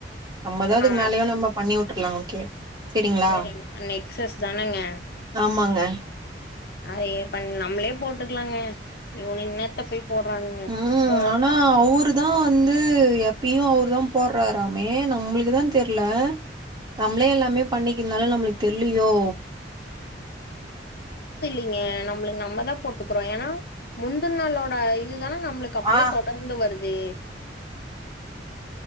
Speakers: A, on the right; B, on the left.
A: அம்பதாவதுக்கு
B: ஆ
A: மேலியு நம்ம பண்ணி வுட்ரலா ஓகே செரிங்களா
B: சரிங்க நெக்சஸ் தானேங்க
A: ஆமாங்க
B: அது பண்ண நம்மளே போட்டுக்கலாங்க இ இன்னத்த போய் போடுறானுங்க.
A: ம்
B: போ
A: ஆனா அவரு தான் வந்து எ ப்பயும் அவரு தான் போட்றாராமே நம்மளுக்கு தான் தெர்ல நம்மளே எல்லாமே பண்ணிக்க இருந்தாலும் நம்மளுக்கு தெர்லையோ
B: ங்ஙே நம்மளுக்கு நம்மதான் போட்டுக்கறோம் ஏன்னா முந்த நாளோட இதுதானா நம்மளுக்கு அப்டியே
A: ஆ
B: தொடர்ந்து வருது